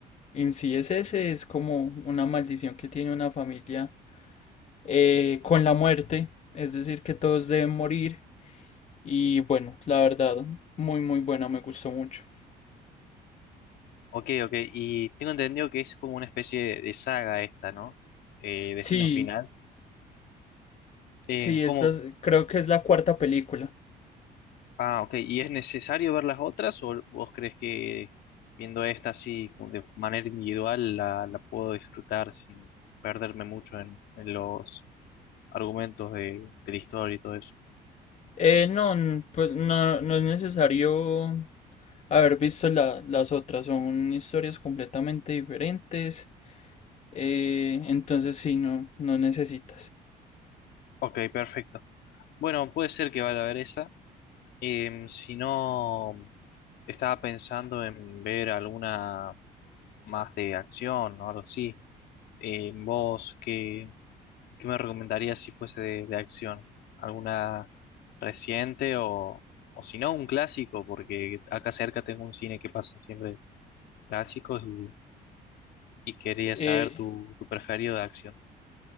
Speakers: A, on the left (about 40°); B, on the left (about 70°).
A: en sí es ese, es como una maldición que tiene una familia eh, con la muerte, es decir, que todos deben morir y bueno, la verdad, muy muy buena, me gustó mucho.
B: Ok, ok, y tengo entendido que es como una especie de, de saga esta, ¿no? Eh, Destino
A: Sí,
B: Final. Eh,
A: sí,
B: ¿cómo?
A: esta es- creo que es la cuarta película.
B: Ah, ok, ¿y es necesario ver las otras o vos crees que viendo esta así como de manera individual la, la puedo disfrutar sin perderme mucho en, en los argumentos de, de la historia y todo eso?
A: Eh, no, n- pues no, no es necesario haber visto la- las otras, son historias completamente diferentes. Eh, entonces sí, no, no necesitas.
B: Ok, perfecto. Bueno, puede ser que vaya a ver esa. Em, si no, estaba pensando en ver alguna más de acción o algo así. Em, vos, ¿qué, qué me recomendarías si fuese de, de acción? ¿Alguna reciente o, o si no, un clásico? Porque acá cerca tengo un cine que pasan siempre clásicos y, y quería
A: Eh,
B: saber tu, tu preferido de acción.